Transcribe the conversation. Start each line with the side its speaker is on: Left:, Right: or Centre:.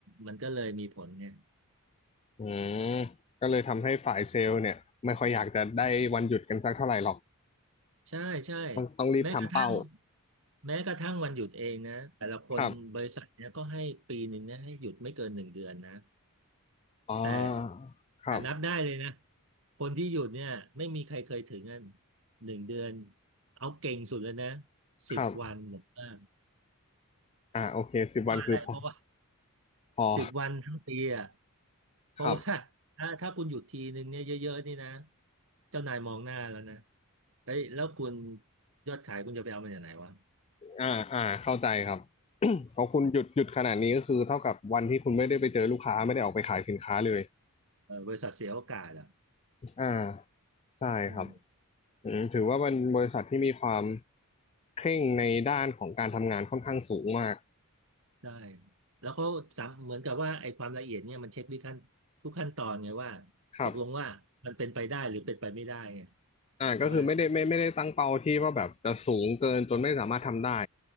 Right: มันก็เลยมีผลเนี่ย
Left: อืมก็เลยทำให้ฝ่ายเซลล์เนี่ยไม่ค่อยอยากจะได้วันหยุดกันสักเท่าไหร่หรอก
Right: ใช่ใช่
Left: ต้องต้องรีบทำเป้า
Right: แม้กระทั่งแม้กระทั่งวันหยุดเองนะแต่ละคนบริษัทเนี้ยก็ให้ปีหนึ่งเนี่ยให้หยุดไม่เกินหนึ่งเดือนนะ
Left: ครับอ๋อ
Right: แต่
Left: ครับ
Right: แต่นับได้เลยนะคนที่หยุดเนี่ยไม่มีใครเคยถึงอ่นหนึ่งเดือนเอาเก่งสุดเลยนะสิบวันหรือว่า
Left: ครับอ่าโอเคสิบวันคือพอ
Right: ว่าะอะไรเพราะว่า
Left: พอ
Right: สิบวันทั้งปีอ่ะเพราะว่า
Left: ครับ
Right: ถ้าถ้าคุณหยุดทีหนึ่งเนี่ยเยอะๆนี่นะเจ้านายมองหน้าแล้วนะเฮ้ยแล้วคุณยอดขายคุณจะไปเอามาจากไหนวะ
Left: อ่าอ่าเข้าใจครับ <coughs> พองคุณหยุดหยุดขนาดนี้ก็คือเท่ากับวันที่คุณไม่ได้ไปเจอลูกค้าไม่ได้ออกไปขายสินค้าเลย
Right: เออบริษัทเสียโอกาสอ่ะ
Left: อ่าใช่ครับ
Right: อืม
Left: อืมถือว่าเป็นบริษัทที่มีความเคร่งในด้านของการทำงานค่อนข้างสูงมาก
Right: ใช่แล้วก็สามเหมือนกับว่าไอ้ความละเอียดเนี่ยมันเช็คทุกขั้นทุกขั้นตอนไงว่า
Left: ครับ
Right: ตกลงว่ามันเป็นไปได้หรือเป็นไปไม่ได้ไง
Left: อ่าก็คือไม่ได้ไม่ไม่ได้ตั้งเป้าที่ว่าแบบจะสูงเกินจนไม่สามารถทำได้
Right: ใช่ไหม